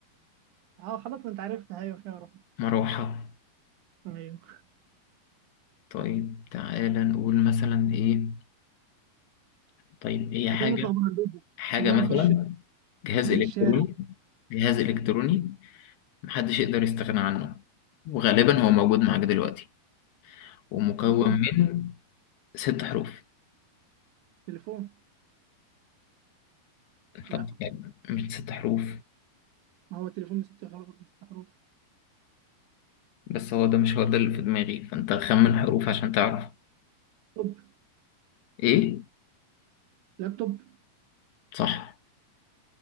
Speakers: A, on the right; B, on the left.
A: أه خلاص ما أنت عرفتها أيوه خيارة
B: مروحة
A: أيوه
B: طيب تعالى نقول مثلا إيه طيب هي حاجة
A: نطلع بره البيت بقى.
B: حاجة
A: خلينا
B: مثلا
A: نخش
B: جهاز
A: ننزل
B: إلكتروني
A: الشارع
B: جهاز إلكتروني محدش يقدر يستغنى عنه وغالبا هو موجود معاك دلوقتي ومكون
A: تليفون
B: من ست حروف
A: تليفون لا
B: طب يعني مش ست حروف
A: ما هو التليفون من ست حروف من ست حروف
B: بس هو ده مش هو ده اللي في دماغي فانت خمن حروف عشان تعرف
A: لابتوب
B: ايه
A: لابتوب
B: صح